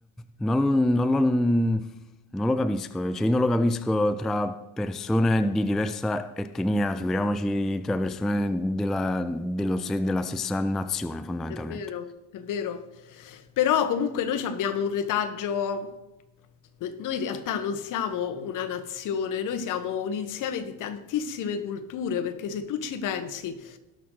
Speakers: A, in the centre; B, on the left.
A: non, non lo, non lo capisco, cioè io non lo capisco tra persone di diversa etnia, figuriamoci tra persone della, dello se- della stessa nazione fondamentalmente.
B: È vero, è vero. Però comunque noi ci abbiamo un retaggio. Noi in realtà non siamo una nazione, noi siamo un insieme di tantissime culture, perché se tu ci pensi,